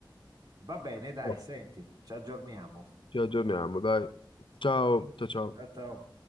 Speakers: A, on the right; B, on the left.
A: Va bene, dai,
B: Oh,
A: senti, ci aggiorniamo.
B: ci aggiorniamo, dai. Ciao, ciao, ciao.
A: Ciao, ciao.